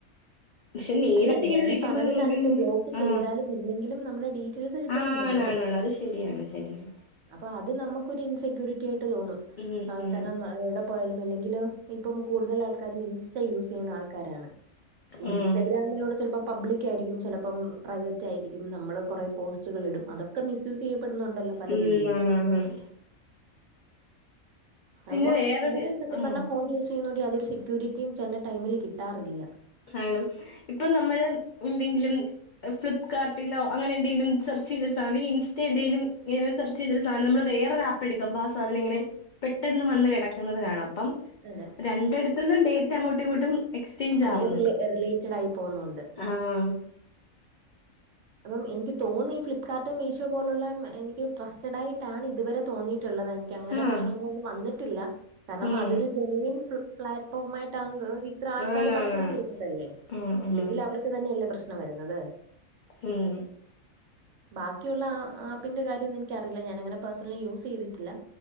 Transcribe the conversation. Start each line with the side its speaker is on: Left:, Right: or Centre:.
Left: പക്ഷെ നേരിട്ടിങ്ങനെ
Right: അല്ല ഞാൻ
Left: ചോയിക്കുമ്പോ
Right: പറഞ്ഞതാണ്
Left: നമുക്ക്ങ്ങനെ
Right: ഇപ്പൊ ബ്ലോക്ക്
Left: ആ
Right: ചെയ്താലും ഇല്ലെങ്കിലും നമ്മുടെ ഡീറ്റെയിൽസ് കിട്ടുന്നുണ്ടല്ലോ
Left: ആണാണ്ണ് അത് ശരിയാണ് ശരിയാണ്
Right: അപ്പൊ അത് നമുക്കൊരു ഇൻസെക്യൂരിറ്റി ആയിട്ട് തോന്നും
Left: ഉം ഉം
Right: കാരണം ഇവിടെ പോയാലും അല്ലെങ്കിലിൽ ഇപ്പം കൂടുതൽ ആൾക്കാരും ഇൻസ്റ്റ യൂസ് ചെയ്യുന്ന ആൾക്കാരാണ് ഇൻസ്റ്റാഗ്രാമിലൂടെ
Left: ഉം
Right: ചിലപ്പോ പബ്ലിക് ആയിരിക്കും ചിലപ്പം പ്രൈവറ്റ് ആയിരിക്കും നമ്മൾ കുറേ പോസ്റ്റുകൾ ഇടും അതൊക്കെ മിസ്സ്യൂസ് ചെയ്യപ്പെടുന്നുണ്ടല്ലോ പല
Left: ഉം
Right: രീതിയിലും
Left: ആണ്ണാണ് ആണ് പിന്നെ
Right: അപ്പം
Left: വേറൊരു
Right: നമുക്ക് സത്യം
Left: ഉം
Right: പറഞ്ഞാ ഫോൺ യൂസ് ചെയ്യുന്നോണ്ട് യാതൊരു സെക്യൂരിറ്റിയും ചില ടൈമില് കിട്ടാറില്ല
Left: ആണം ഇപ്പൊ നമ്മള് എന്തെങ്കിലും ഫ്ലിപ്കാർട്ടിലോ അങ്ങനെ എന്തെലും സെർച്ച് ചെയ്തൊരു സാനം ഇൻസ്റ്റ എന്തെലും തൊരു സാധനം നമ്മള് വേറൊരു ആപ്പ് എടുക്കുമ്പോ ആ സാധനം ഇങ്ങനെ പെട്ടെന്ന് വന്ന് കിടക്കുന്നത് കാണ അപ്പം
Right: അതെ
Left: രണ്ടടുത്തുന്നും ഡേറ്റ അങ്ങോട്ടും ഇങ്ങോട്ടും എക്സ്ചേഞ്ച്
Right: അതെ
Left: ആകും
Right: റിലേറ്റഡ് ആയി പോകുന്നുണ്ട്
Left: ആഹ്
Right: അപ്പം എനിക്ക് തോന്നി ഫ്ലിപ്കാർട്ട് മീഷോ പോലുള്ള എനിക്ക് ട്രസ്റ്റഡ് ആയിട്ടാണ് ഇതുവരെ തോന്നിയിട്ടുള്ളത് എനിക്ക് അങ്ങനെ
Left: ആഹ്
Right: പ്രശ്നങ്ങളൊന്നും വന്നിട്ടില്ല കാരണം
Left: ഉം
Right: അതൊരു ജെനുവിൻ പ്ലാറ്റ്ഫോ ആയിട്ടാണ ഇത്ര ആൾക്കാര്
Left: ആണാണാണ്.
Right: പർച്ചേസ് ചെയ്യുന്നതല്ലേ
Left: ഉം ഉം
Right: ഇല്ലെങ്കിൽ അവർക്ക് തന്നെയല്ലേ പ്രശ്നം വരുന്നത്
Left: ഉം
Right: ബാക്കിയുള്ള ആപ്പിന്റെ കാര്യം ഒന്നും എനിക്കറിയില്ല ഞാനങ്ങനെ പേഴ്സണലീ യൂസ് ചെയ്തിട്ട്